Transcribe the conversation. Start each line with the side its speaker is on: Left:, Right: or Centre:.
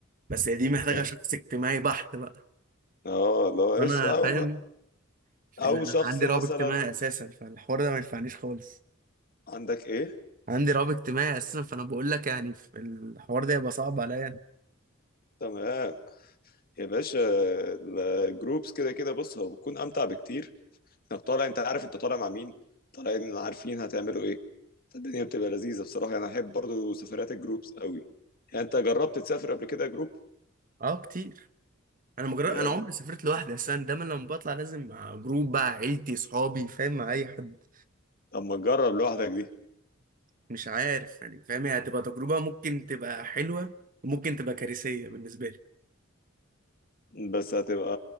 Right: بس هي دي محتاجة
Left: يعني
Right: شخص اجتماعي بحت بقى
Left: اه لو
Right: وأنا
Left: ايش او
Right: فاهم
Left: او
Right: لأن أنا
Left: شخص
Right: عندي
Left: مثلا
Right: رهاب اجتماعي أساسا فالحوار ده ما ينفعنيش خالص
Left: عندك ايه
Right: عندي رهاب اجتماعي أساسا فأنا بقول لك يعني في الحوار ده يبقى صعب عليا أنا.
Left: تمام يا باشا الجروبس كده كده بص هو بتكون امتع بكتير انك طالع انت عارف انت طالع مع مين طالعين عارفين هتعملوا ايه فالدنيا بتبقى لذيذة بصراحة انا احب برضو سفرات الجروبس قوي يعني انت جربت تسافر قبل كده جروب
Right: أه كتير انا مجرد
Left: جامد
Right: انا عمري سافرت لوحدي بس انا دايما لما بطلع لازم مع جروب بقى عيلتي صحابي فاهم مع اي حد
Left: طب ما تجرب لوحدك دي
Right: مش عارف يعني فاهم هي هتبقى تجربه ممكن تبقى حلوه وممكن تبقى كارثيه بالنسبه لي
Left: بس هتبقى